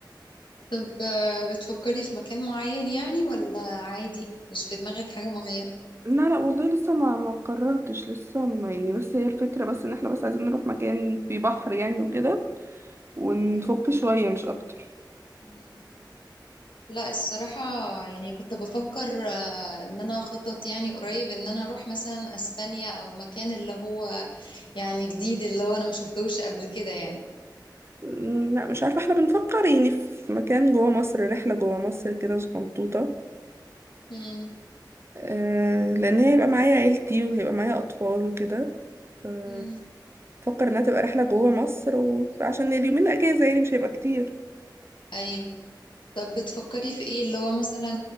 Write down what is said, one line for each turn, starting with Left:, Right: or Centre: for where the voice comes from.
Left: طب آه، بتفكري في مكان معين يعني ولا عادي مش في دماغك حاجة معينة
Right: لا لا والله لسه ما ما قررتش لسه ما يعني بس هي الفكرة بس ان احنا بس عايزين نروح مكان فيه بحر يعني وكده ونفك
Left: أيوة.
Right: شوية مش اكتر
Left: مم. لا الصراحة يعني كنت بفكر آه، ان انا اخطط يعني قريب ان انا اروح مثلا اسبانيا او مكان اللي هو يعني جديد اللي هو انا ما شفتهوش قبل كده يعني
Right: م، لا مش عارفة احنا بنفكر يعني في مكان جوه مصر رحلة جوه مصر كده صغنطوطة
Left: مم.
Right: آه لأن هي هيبقى معايا عيلتي وهيبقى معايا أطفال وكده آه،
Left: مم.
Right: بفكر إنها تبقى رحلة جوه مصر وعشان اليومين أجازة يعني مش هيبقى كتير
Left: ايوه طب بتفكري في ايه اللي هو مثلا